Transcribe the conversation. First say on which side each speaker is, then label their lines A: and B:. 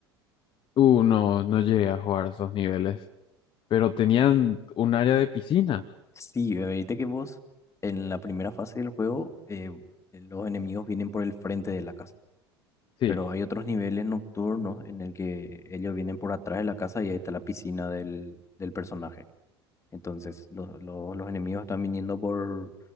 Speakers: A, on the left (about 35°); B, on the left (about 20°).
A: Uh, no, no llegué a jugar a esos niveles, pero tenían un área de piscina.
B: Sí, viste que vos en la primera fase del juego eh, los enemigos vienen por el frente de la casa,
A: Sí.
B: pero hay otros niveles nocturnos en el que ellos vienen por atrás de la casa y ahí está la piscina del, del personaje. Entonces lo- lo- los enemigos están viniendo por,